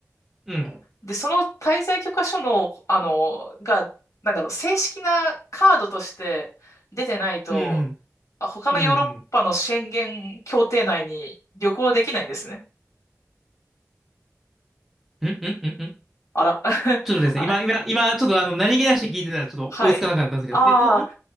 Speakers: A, in the centre; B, on the left (about 80°).
A: うん。
B: で、その滞在許可証の、あの、が、なんだろう、正式なカードとして出てないと、
A: うん。
B: あ他のヨーロッパの宣言協定内に旅行できないんですね。
A: うん。うん。うんうんうんうん
B: あら。<laughs>
A: ちょっとですね、
B: あ、
A: 今、今、今、ちょっとあの、何気なしに聞いてたらちょっと追いつかなかったんですけど、
B: はい。ああ、
A: えっと、ん